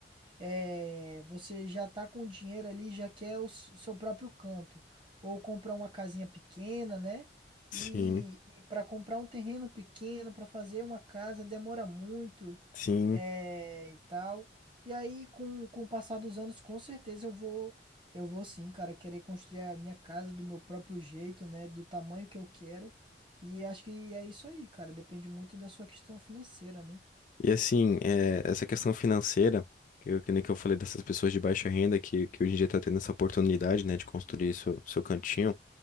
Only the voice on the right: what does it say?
é, você já tá com o dinheiro ali, já quer o s- seu próprio canto. Ou comprar uma casinha pequena, né?
E, e para comprar um terreno pequeno, para fazer uma casa, demora muito.
é, e tal. E aí, com, com o passar dos anos, com certeza eu vou, eu vou sim, cara, querer construir a minha casa do meu próprio jeito, né, do tamanho que eu quero. E acho que é isso aí, cara. Depende muito da sua questão financeira, né?